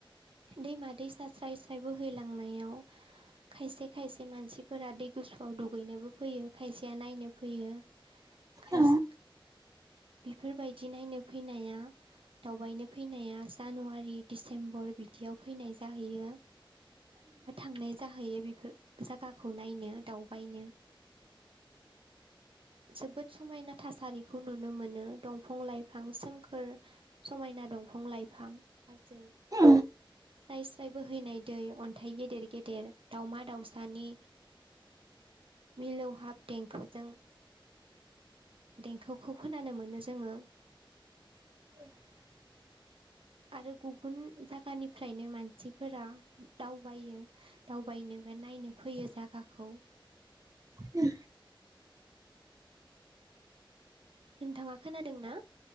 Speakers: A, on the right; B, on the right.
A: दैमा दैसा स्राय स्राय बोहैलांनायाव खायसे खायसे मानसिफोरा दै गुसुआव दुगैनोबो फैयो खायसेया नायनो फैयो खायसे
B: औ
A: बेफोर बायदि नायनो फैनाया दावबायनो फैनाया जानुवारि, डिसेम्बर बिदियाव फैनाय जाहैयो। थांनाय जाहैयो बेफोर जागाखौ नायनो दावबायनो <inaudible> जोबोद समायना थासारिखौ नुनो मोनो दंफां लाइफां सोमखोर समायना दंफां लाइफां हाजो
B: औ
A: स्राय स्रायबो हैनाय दै अन्थाइ गेदेर गेदेर दाावमा दाउसानि मिलौहाब देंखोजों देंखोखौ खोनानो मोनो जोङो
B: <inaudible>
A: आरो गुबुन जायगानिफ्रायनो मानसिफोरा दावबायो दावबायनो ओफ्राय नायनो फैयो जागाखौ
B: उ <unintelligible>
A: नोंथाङा खोनादों ना?